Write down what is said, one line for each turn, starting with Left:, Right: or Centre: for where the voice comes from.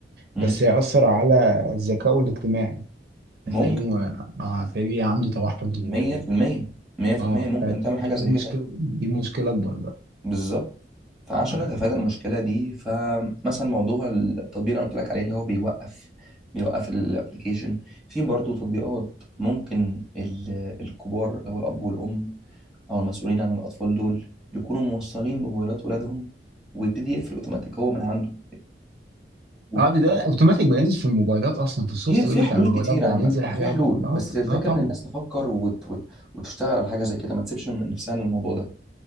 Centre: مم.
Right: بس هياثر على ذكائه الاجتماعي
Centre: ممكن
Right: هتلاقيه م- آه، هتلاقيه عنده توحد و
Centre: 100% 100%
Right: اه
Centre: ممكن
Right: فدي-
Centre: تعمل حاجه زي
Right: دي مشكله
Centre: كده
Right: دي مشكله اكبر
Centre: بالظبط فعشان
Right: بقى
Centre: نتفادى المشكله دي فمثلا موضوع التطبيق اللي انا قلت لك عليه اللي هو بيوقف بيوقف الابلكيشن في برضه تطبيقات ممكن ال- الكبار اللي هو الاب والام او المسؤولين عن الاطفال دول يكونوا موصلين بموبايلات ولادهم ويبتدي يقفل اوتوماتيك هو من عنده يقفل
Right: اه ده ده اوتوماتيك بقى ينزل في الموبايلات اصلا في السوفت
Centre: في في
Right: وير بتاع
Centre: حلول
Right: الموبايلات
Centre: كتيرة
Right: بقى
Centre: عامة
Right: ينزل الحاجات
Centre: في حلول
Right: دي اه
Centre: بس
Right: ط-
Centre: الفكرة
Right: اه طبعا
Centre: إن الناس تفكر وت... وت... وتشتغل على حاجة زي كده ما تسيبش من نفسها للموضوع ده